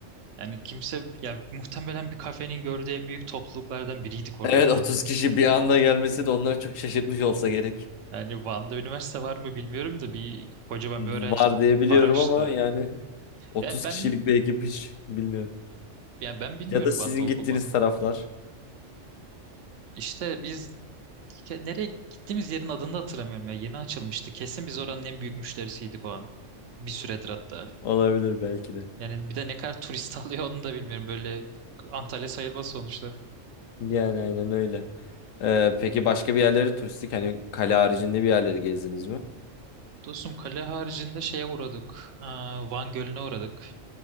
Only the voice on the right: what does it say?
Yani kimse ya muhtemelen bir kafenin gördüğü en büyük topluluklardan biriydik oradaki.
Yani Van'da üniversite var mı bilmiyorum da bir kocaman
bir öğrenci
paraştı.
Yani ben
yani ben bilmiyorum
Van'da olup
olmadığını.
İşte biz ke- nereye gittiğimiz yerin adını da hatırlamıyorum ya. Yeni açılmıştı. Kesin biz oranın en büyük müşterisiydik o an. Bir süredir hatta.
Yani bir de ne kadar turist <laughs> alıyor onu da bilmiyorum. Böyle Antalya sayılmaz sonuçta.
Dostum kale haricinde şeye uğradık. Aa, Van Gölü'ne uğradık.